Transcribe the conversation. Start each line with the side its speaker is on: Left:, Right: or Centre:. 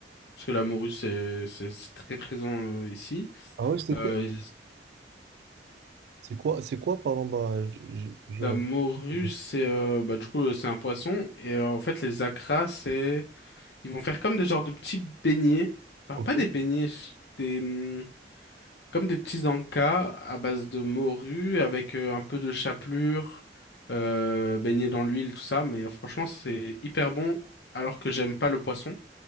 Left: parce que la morue c'est c'est c'est très présent euh, ici.
Right: Ah ouais, c'est
Left: Euh,
Right: quoi? C'est quoi? C'est quoi? Pardon, bah, je, je- je-
Left: La morue, c'est euh, bah, du coup, euh, c'est un poisson. Et euh, en fait, les acras, c'est. Ils vont faire comme des genres de petits beignets. Enfin,
Right: Ok.
Left: pas des beignets, ch- des. hum, Comme des petits ancas à base de morue, avec euh, un peu de chapelure, euh, baignés dans l'huile, tout ça. Mais euh, franchement, c'est hyper bon, alors que j'aime pas le poisson.